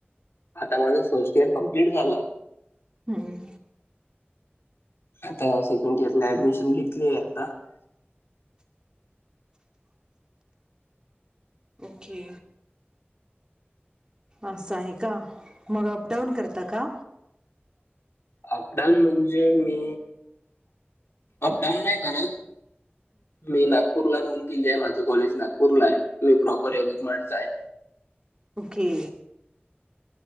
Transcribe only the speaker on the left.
आता माझं फर्स्ट इयर कमप्लीट झालंय
आता सेकंड इयरला ऍडमिशन घेतली आहे आता
अपडाऊन म्हणजे मी अपडाऊन नाही करत मी नागपूरला रुन किल्ली आहे माझं कॉलेज नागपूर ला आहे तुही प्रॉपर यवतमाळचा आहे